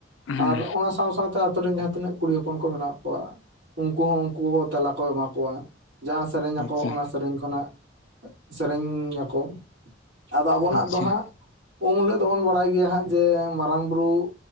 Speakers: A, on the left; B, on the right.
A: ᱦᱩᱸ
B: ᱟᱨ ᱚᱱᱟ ᱥᱟᱸᱣ ᱥᱟᱸᱣᱛᱮ ᱟᱛᱩᱨᱮᱱ ᱡᱟᱦᱟᱸᱼᱼ ᱛᱤᱱᱟᱹᱜ ᱠᱩᱲᱤ ᱦᱚᱯᱚᱱ ᱠᱚ ᱢᱮᱱᱟᱜ ᱠᱚᱣᱟ ᱩᱱᱠᱩ ᱦᱚᱸ ᱩᱱᱠᱩ ᱛᱮᱞᱟ ᱠᱚ ᱮᱢᱟ ᱠᱚᱣᱟ᱾ ᱡᱟᱼᱼ ᱥᱮᱨᱮᱧ
A: ᱟᱪᱪᱷᱟ
B: ᱟᱠᱚ ᱚᱱᱟ ᱥᱮᱨᱮᱧ ᱠᱷᱚᱱᱟᱜᱼᱼ ᱥᱮᱨᱮᱧᱻ ᱟᱠᱚ, ᱟᱫᱚ ᱟᱵᱚᱱᱟᱜ
A: ᱟᱪᱪᱷᱟ
B: ᱫᱚ ᱦᱟᱸᱜᱼᱼ ᱩᱢ ᱦᱤᱞᱳᱜ ᱫᱚᱵᱚᱱ ᱵᱟᱲᱟᱭ ᱜᱮᱭᱟ ᱦᱟᱸᱜ ᱡᱮ ᱢᱟᱨᱟᱝ ᱵᱩᱨᱩᱼᱼ